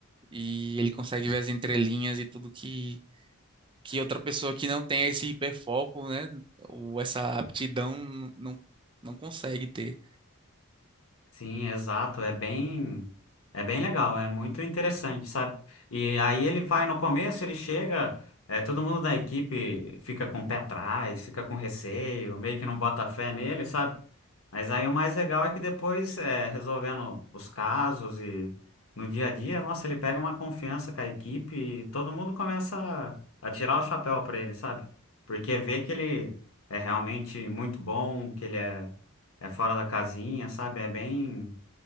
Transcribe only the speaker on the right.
e ele consegue ver as entrelinhas e tudo que, que outra pessoa que não tem esse hiperfoco, né? Ou essa aptidão n- não, não consegue ter.